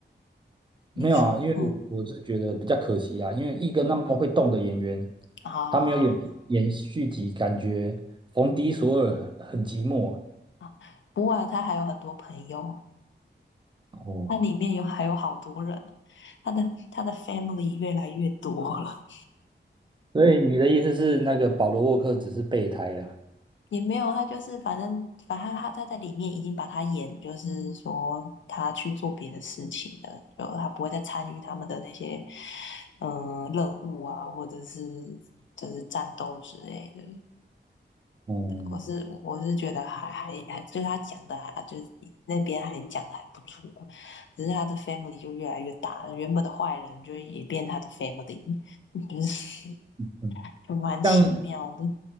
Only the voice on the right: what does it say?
没有啊，因为我我是觉得比较可惜啊，
因为一个那么会动的演员，
他没有演演续集，感觉冯迪索尔很很寂寞啊。
哦，
所以你的意思是，那个保罗沃克只是备胎啦？
哦，
嗯，
像